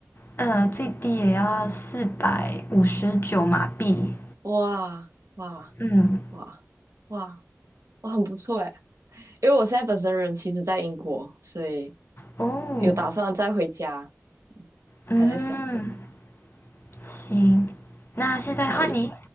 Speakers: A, on the left (about 45°); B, on the right (about 65°).
A: 呃，最低也要四百五十九马币。
B: 哇哇
A: 嗯，
B: 哇哇，哇，很不错哎。因为我现在本身人其实在英国，所以
A: 哦，
B: 有打算再回家，
A: 嗯，
B: 还在想着，
A: 行，那现在换你，
B: 可以